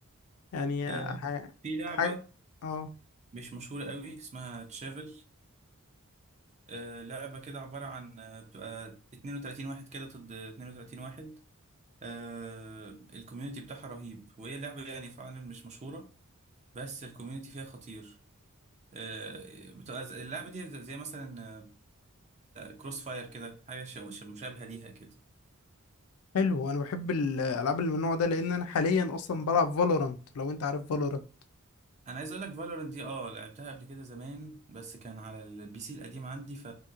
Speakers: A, on the left (about 75°); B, on the right (about 30°).
A: يعني
B: آه،
A: حاجة
B: في لعبه
A: حاجة آه
B: مش مشهوره قوي اسمها تشافل آه، لعبة كده عبارة عن آه، بتبقى 32 واحد كده ضد 32 واحد آه، الكوميونتي بتاعها رهيب وهي لعبة يعني فعلا مش مشهورة بس الكوميونتي فيها خطير آه، بتبقى ز- اللعبة دي زي زي مثلا كروس فاير كده حاجة ش- ش- مشابهة ليها كده
A: حلو أنا بحب الألعاب اللي من النوع ده لأن أنا حاليا أصلا بلعب فالورانت لو أنت عارف فالورانت
B: أنا عايز أقول لك فالورنت دي أه لعبتها قبل كده زمان بس كان على البي سي القديم عندي ف...